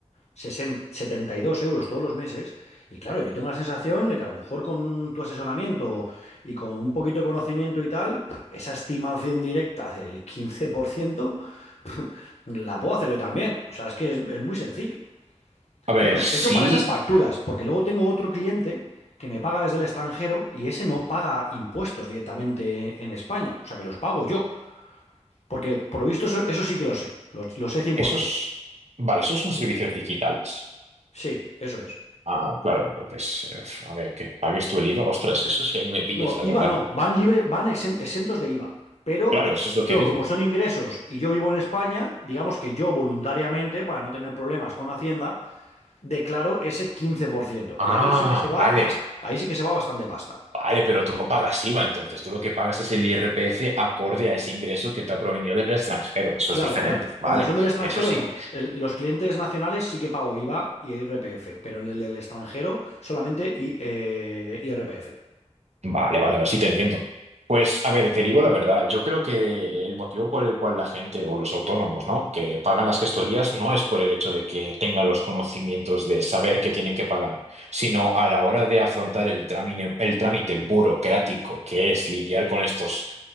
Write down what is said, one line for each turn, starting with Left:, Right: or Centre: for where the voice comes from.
Left: sesenta setenta y dos euros todos los meses. Y claro, yo tengo la sensación de que a lo mejor con un- tu asesoramiento y con un poquito de conocimiento y tal, pff, esa estimación directa del 15% la puedo hacer yo también. O sea, es que es es muy sencillo.
Right: A ver,
Left: Bueno,
Right: sí,
Left: eso para esas facturas, porque luego tengo otro cliente que me paga desde el extranjero y ese no paga impuestos directamente en España, o sea que los pago yo, porque por lo visto eso, eso sí que lo sé, lo, lo sé 100%.
Right: esos, vale, esos son servicios digitales.
Left: Sí, eso es.
Right: Ah, claro, entonces, eh, a ver, que pagues tú el IVA. Ostras, eso sí ahí me pillas,
Left: No,
Right: la
Left: IVA
Right: verdad.
Left: no, van libre, van exen- exentos de IVA, pero
Right: Claro, eso es lo
Left: yo
Right: que digo.
Left: como son ingresos y yo vivo en España, digamos que yo voluntariamente, para no tener problemas con Hacienda, declaro ese quince por ciento
Right: Ah,
Left: y ahí sí que se va
Right: vale,
Left: bas- ahí sí que se va bastante pasta.
Right: vale, pero tú no pagas IVA, entonces tú lo que pagas es el IRPF acorde a ese ingreso que te ha provenido del extranjero. Eso
Left: Claro,
Right: es diferente,
Left: la- cuando
Right: vale,
Left: son del extranjero
Right: eso sí.
Left: no. El- los clientes nacionales sí que pago IVA y IRPF, pero en el del extranjero solamente I- eh, IRPF.
Right: Vale, vale, ahora sí te entiendo. Pues a ver, te digo la verdad, yo creo que el motivo por el cual la gente o los autónomos, ¿no? que pagan las gestorías no es por el hecho de que tengan los conocimientos de saber que tienen que pagar, sino a la hora de afrontar el trámite, el trámite burocrático que es lidiar con estos